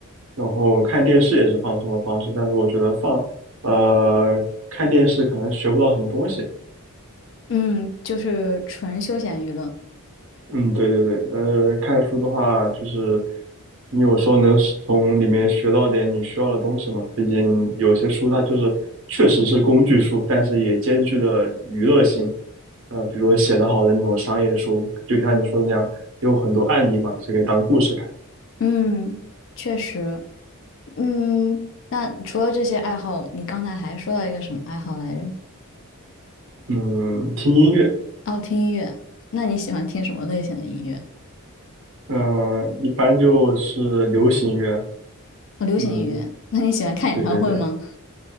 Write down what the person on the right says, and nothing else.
然后看电视也是放松的方式，但是我觉得放，呃，看电视可能学不到什么东西。
嗯，对对对，但是看书的话，就是你有时候能是从里面学到点你需要的东西嘛。毕竟有些书它就是确实是工具书，但是也兼具了娱乐性。呃，比如说写得好的那种商业书，就像你说的那样，有很多案例嘛，是可以当故事看。
嗯，听音乐，
嗯、一般就是流行乐。
嗯，
对对对。